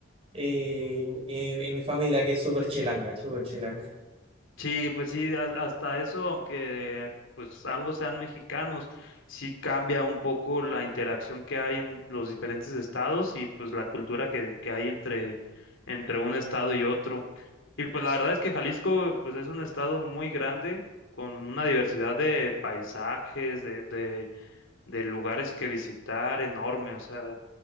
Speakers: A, on the right; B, on the left.
A: y, y- y mi familia que es súper chilanga, súper chilanga.
B: Sí, pues sí, has- hasta eso, aunque pues ambos sean mexicanos, sí cambia un poco la interacción que hay en los diferentes estados y pues la cultura que, que hay entre, entre un estado y otro. Y pues la verdad es que Jalisco pues es un estado muy grande, con una diversidad de paisajes, de, de de lugares que visitar enorme, o sea,